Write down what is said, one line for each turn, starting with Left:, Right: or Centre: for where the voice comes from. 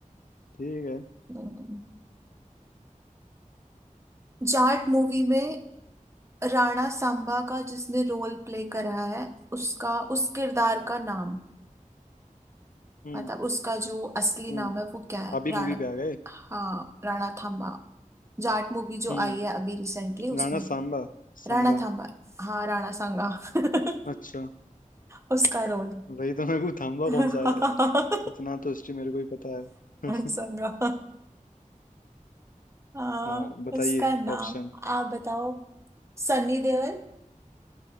Left: ठीक है
Right: हम्म, जाट मूवी में राणा सांबा का जिसने रोल प्ले करा है उसका उस किरदार का नाम
Left: हम्म
Right: मतलब उसका जो असली
Left: हम्म
Right: नाम है वो क्या है
Left: अभी
Right: राणा
Left: मूवी पे आ गए
Right: हाँ राणा थांबा जाट मूवी जो
Left: हम्म
Right: आई है अभी रिसेंटली उसमें
Left: राणा सांबा सांगा
Right: राणा थांबा हा राणा सांगा <laughs>
Left: अच्छा
Right: उसका रोल
Left: वही तो मेरे को थाम्बा
Right: <laughs>
Left: कौन
Right: राणा
Left: सा है इतना तो हिस्ट्री मेरे को ही पता है <laughs>
Right: सांगा हाँ
Left: हाँ बताइए
Right: उसका नाम
Left: ऑप्शन
Right: आप बताओ Sunny Deol